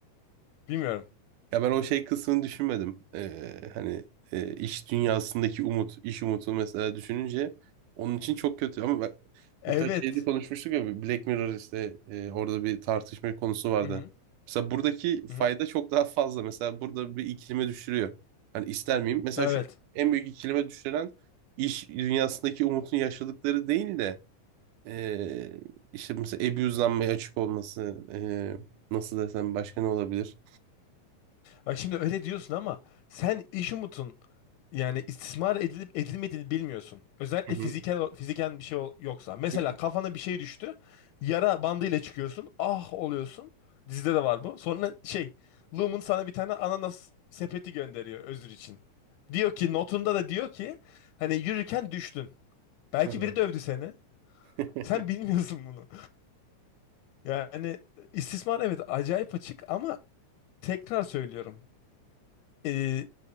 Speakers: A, on the left (about 75°); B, on the right (about 85°).
A: Bilmiyorum.
B: Ya ben o şey kısmını düşünmedim. Ee, hani e, iş dünyasındaki umut, iş umutu mesela düşününce onun için çok kötü. Ama ben,
A: Evet.
B: mesela şeyde konuşmuştuk ya Black Mirror işte e, orada bir tartışma konusu vardı.
A: Hı hı.
B: Mesela buradaki fayda
A: Hı hı.
B: çok daha fazla. Mesela burada bir ikilime düşürüyor. Hani ister miyim? Mesela
A: Evet.
B: şu en büyük ikilime düşüren iş dünyasındaki umutun yaşadıkları değil de e, işte mesela abuse'lanmaya açık olması e, nasıl desem başka ne olabilir?
A: Bak şimdi öyle diyorsun ama sen iş umutun Yani istismar edilip edilmediğini bilmiyorsun. Özellikle
B: Hı hı.
A: fiziksel
B: Yok,
A: fiziken bir şey ol- yoksa. Mesela
B: yok.
A: kafana bir şey düştü. Yara bandıyla çıkıyorsun. Ah oluyorsun. Dizide de var bu. Sonra şey, Lumen sana bir tane ananas sepeti gönderiyor özür için. Diyor ki notunda da diyor ki hani yürürken düştün. Belki
B: Evet.
A: biri dövdü seni.
B: <laughs>
A: Sen bilmiyorsun bunu. Yani istismar evet acayip açık ama tekrar söylüyorum. Ee,